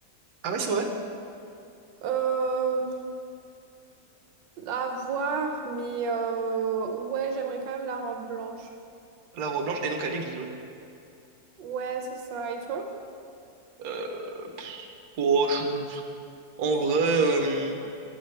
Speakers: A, on the right; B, on the right.
A: Ah ouais, c'est vrai?
B: Euh, à voir, mais euh, ouais, j'aimerais quand même la robe blanche.
A: La robe blanche, et donc à l'église, ouais.
B: Ouais, c'est ça. Et toi?
A: Euh, oh, je- je- En vrai, euh,